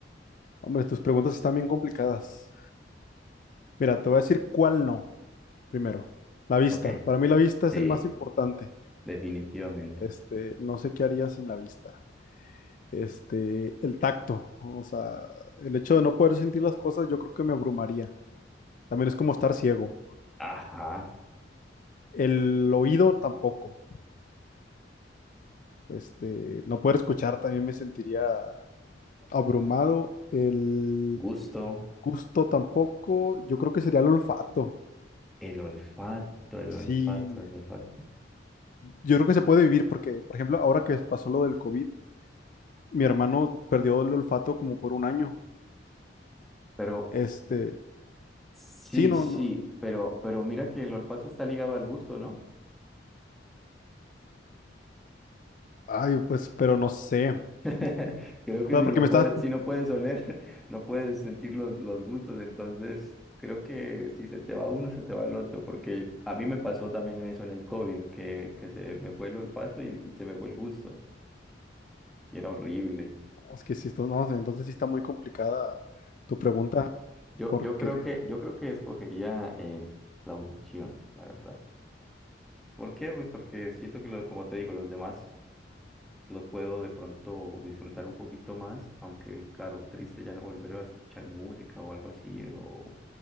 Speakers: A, on the left; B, in the centre.
A: Hombre, tus preguntas están bien complicadas. Mira, te voy a decir cuál no, primero. La vista.
B: Ok,
A: Para mí la vista
B: sí,
A: es el más importante.
B: definitivamente.
A: Este, no sé qué haría sin la vista. Este, el tacto. O sea, el hecho de no poder sentir las cosas, yo creo que me abrumaría. También es como estar ciego.
B: Ajá,
A: El oído tampoco. Este, no poder escuchar también me sentiría abrumado. El
B: gusto,
A: gusto tampoco. Yo creo que sería el olfato.
B: el olfato, el olfato,
A: Sí,
B: el olfato.
A: Yo creo que se puede vivir porque, por ejemplo, ahora que pasó lo del COVID, mi hermano perdió el olfato como por un año.
B: Pero
A: Este,
B: sí,
A: sí, no,
B: sí,
A: no,
B: pero, pero mira que el olfato está ligado al gusto, ¿no?
A: ay, pues, pero no sé. O
B: <laughs> Creo que
A: sea,
B: si
A: porque
B: no
A: me estás,
B: puedes, si no puedes oler, <laughs> no puedes sentir los, los gustos, entonces creo que si se te va uno, se te va el otro, porque a mí me pasó también en eso en el COVID, que, que se me fue el olfato y, y se me fue el gusto, y era horrible.
A: oh, es que si esto, no, entonces sí está muy complicada tu pregunta,
B: Yo,
A: porque,
B: yo creo que, yo creo que escogería eh, la audición, la verdad. ¿Por qué? Pues porque siento que, lo- como te digo, los demás los puedo de pronto disfrutar un poquito más, aunque claro, triste ya no volver a escuchar música o algo así, o